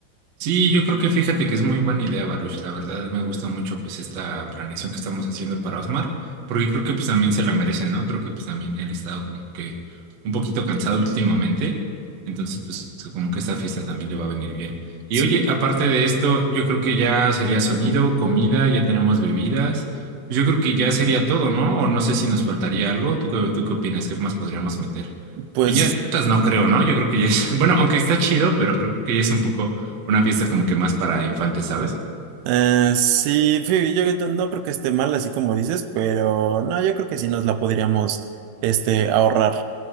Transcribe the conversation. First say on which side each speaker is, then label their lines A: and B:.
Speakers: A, on the right (about 65°); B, on the right (about 80°).
A: Sí, yo creo que fíjate que es muy buena idea, Baruch. La verdad me gusta mucho pues esta planeación que estamos haciendo para Osmar, porque creo que pues también se la merece, ¿no? Creo que pues también él ha estado como que un poquito cansado últimamente, entonces pues como que esta fiesta también le va a venir bien. Y
B: Sí,
A: oye, aparte de esto, yo creo que ya sería sonido, comida, ya tenemos bebidas, pues yo creo que ya sería todo, ¿no? O no sé si nos faltaría algo. ¿Tú qué, tú qué opinas? ¿Qué más podríamos meter?
B: Pues
A: Piñatas no creo, ¿no? Yo creo que ya es, <laughs> bueno, aunque está chido, pero creo que ya es un poco una fiesta como que más para infantes, ¿sabes?
B: eh, sí, sí, yo no no creo que esté mal así como dices, pero no, yo creo que sí nos la podríamos este ahorrar.